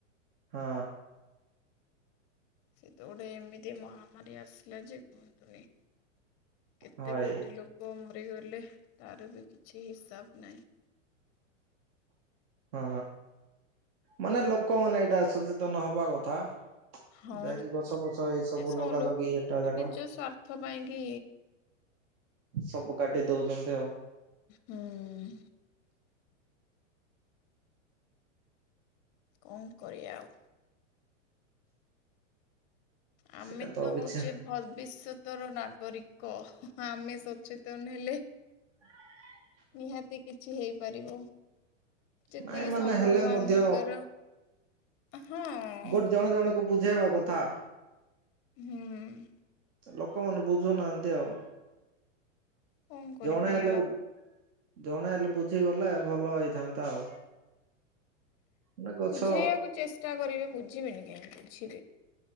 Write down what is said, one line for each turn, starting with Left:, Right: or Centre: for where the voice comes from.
Right: ହଁ।
Left: ସେ ତ ଗୋଟେ ଏମିତି ମହାମାରୀ ଆସିଲା ଯେ କୁହନ୍ତୁନି। କେତେ
Right: ହଇ
Left: କୋଟି ଲୋକ ଲୋକ ମରିଗଲେ ତାର ବି କିଛି ହିସାବ ନାହିଁ।
Right: ହଁ ମାନେ ଲୋକମାନେ ଏଇଟା ସଚେତନ ହବା କଥା।
Left: ହଁ
Right: ଯାଇକି ଗଛ ଫଛ ଏଇ ସବୁ
Left: ଏ ସ-
Right: ଲଗା
Left: ଲୋକ
Right: ଲଗି ଏଟା ଯାକ
Left: ନିଜ ସ୍ଵାର୍ଥ ପାଇଁ କି
Right: ସବୁ କାଟି ଦଉଛନ୍ତି ଆଉ।
Left: ହୁଁ। କଣ କରିଆ ଆଉ? ଆମେ
Right: ସେଇଟା ଆଉ
Left: ତ
Right: କିଛି
Left: ହଉଛେ ଭବିଷ୍ୟତର ନାଗରିକ ଆମେ ସଚେତନ ହେଲେ
Right: <inaudible>
Left: ନିହାତି କିଛି ହେଇପାରିବ, ଯେତିକି
Right: ନାଇଁ ମାନେ
Left: ସମ୍ଭବ
Right: ହେଲେ ମଧ୍ୟ
Left: ଆମ ଦ୍ଵାରା। ହଁ
Right: ଗୋଟେ ଜଣେ ଜଣଙ୍କୁ ବୁଝେଇବା କଥା।
Left: ହୁଁ। ହୁଁ।
Right: ଲୋକମାନେ ବୁଝୁନାହାନ୍ତି ଆଉ।
Left: କଣ କରିପାରିବା
Right: ଜଣେ ହେଲେ ଗୋଟେ
Left: ଆଉ
Right: ଜଣେ ହେଲେ ବୁଝିଗଲେ ଭଲ ହେଇଥାନ୍ତା ଆଉ। ମାନେ ଗଛ
Left: ବୁଝେଇବାକୁ ଚେଷ୍ଟା କରିବେ ବୁଝିବେନି କାହିଁକି ବୁଝିବେ।